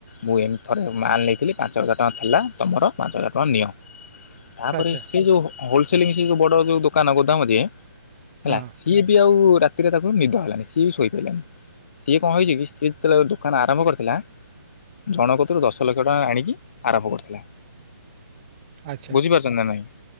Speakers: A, on the left; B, on the right.
A: ମୁଁ ଏମିତି ଥରେ ମାଲ ନେଇଥିଲି ପାଞ୍ଚ ହଜାର ଟଙ୍କା ଥିଲା ତମର ପାଞ୍ଚ ହଜାର ଟଙ୍କା ନିଅ। ତାପରେ
B: ଆଚ୍ଛା
A: ସେ ଯୋଉ ହୋଲସେଲିଂ ସେ ଯୋଉ ବଡ଼ ଯୋଉ ଦୋକାନ ଗୋଦାମ ଯିଏ
B: ହଁ
A: ହେଲା ଇଏ ବି ଆଉ ରାତିରେ ତା ନୁ ନିଦ ହେଲାନି ସିଏ ବି ଶୋଇପାଇଲାନି ସିଏ କଣ ହେଇଚି କି ସିଏ ଯେତେବେଳେ ଆଉ ଦୋକାନ ଆରମ୍ଭ କରିଥିଲା ଜଣ କତିରୁ ଦଶ ଲକ୍ଷ ଟଙ୍କା ଆଣିକି ଆରମ୍ଭ କରିଥିଲା।
B: ଆଚ୍ଛା
A: ବୁଝିପାରୁଛନ୍ତି ନାଁ ନାଇଁ?